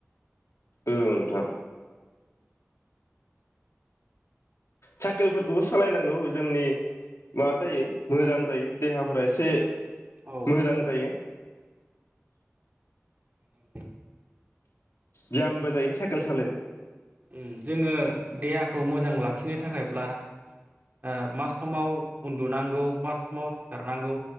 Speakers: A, on the left; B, on the right.
A: औ नोंथां। साइकेलफोरखौबो सलायनांगौ जोंनि मा जायो मोजां जायो देहाफोरा एसे
B: औ
A: मोजां जायो।
B: <unintelligible>
A: बियामबो जायो साइकेल सालायनो
B: ओम जोङो देहाखौ मोजां लाखिनो थाखायब्ला ओ मा समाव उन्दुनांगौ मा समाव सिखारनांगौ